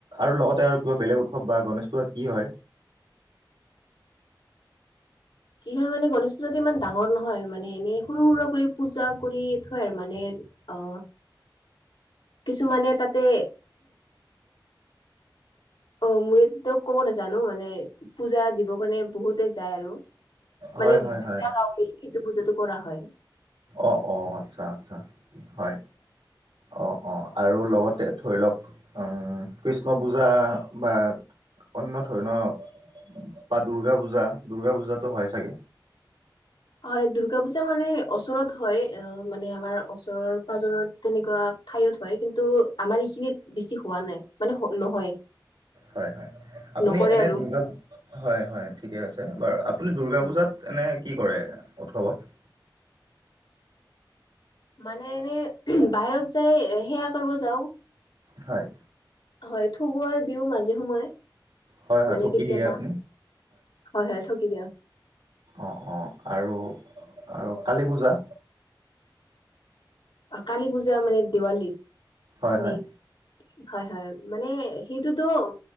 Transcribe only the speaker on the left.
কি হয় মানে গণেশ পূজাটো ইমান ডাঙৰ নহয় মানে এনেই সৰু সুৰা কৰি পূজা কৰি থয় আৰু মানে। অহ কিছুমানে তাতে অ মই ত ক'ব নাজানো, মানে পূজা দিবৰ কাৰণে বহুতে যায় আৰু। মানে
দুটা
গাঁও মিলি এইটো পূজাটো কৰা হয়।
হয় দুৰ্গা পূজা মানে, ওচৰত হয়। অহ মানে আমাৰ ওচৰৰ পাজৰত তেনেকুৱা ঠাইত হয়। কিন্তু আমাৰ এইখিনিত বেছি হোৱা নাই, মানে নহয়।
নকৰে
আৰু
হয়।
মানে এনে বাহিৰত যাই সেয়া কৰিব যাওঁ।
হয় থগিৱ দিও, মাজে সময়ে
মানে
কেতিয়াবা।
হয় হয় ঠগি দিয়া
কালী পূজা মানে, দিৱালীত
নে? হয় হয়, মানে সেইটোতো